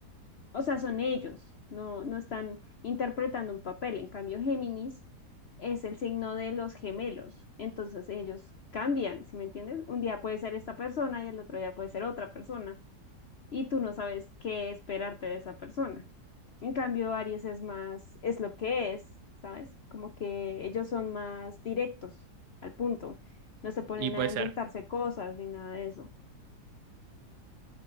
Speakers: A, on the left (about 60°); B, on the right (about 80°).
A: o sea, son ellos, no, no están interpretando un papel. En cambio, Géminis es el signo de los gemelos, entonces ellos cambian, ¿sí me entiendes? Un día puede ser esta persona y el otro día puede ser otra persona, y tú no sabes qué esperarte de esa persona. En cambio, Aries es más, es lo que es, ¿sabes? Como que ellos son más directos, al punto. No se ponen
B: y puede
A: a inventarse
B: ser.
A: cosas ni nada de eso.